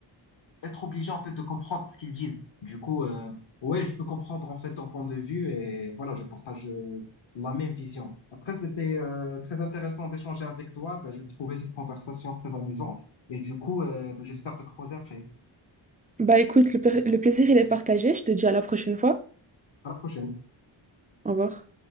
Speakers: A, on the left; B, on the right.
A: être obligé en fait de comprendre ce qu'ils disent. Du coup, euh, ouais, je peux comprendre en fait ton point de vue et voilà, je partage euh, la même vision. Après, c'était euh, très intéressant d'échanger avec toi. Ben, je trouvais cette conversation très amusante et du coup, euh, ben, j'espère te croiser après.
B: Bah écoute, le, per- le plaisir, il est partagé. Je te dis à la prochaine fois.
A: À la prochaine.
B: Au revoir.